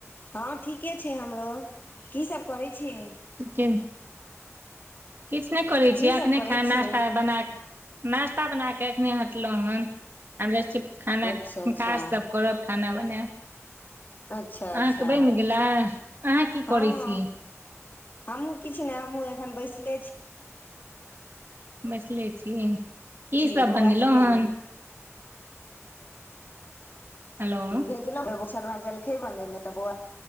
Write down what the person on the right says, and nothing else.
सिक्किम किछ नय करै
छी एखने
खा
नाास्ता बना कऽ नाास्ता बना केँ एखने हटलहुँ हेन आब जाई छियै खाना
काज सब करब खाना बनैब
अहाँकेँ
बैन गेला अहाँ की
करै छी
बैसले छी
की सब
बनेलहुँ
हन हेलो हूँ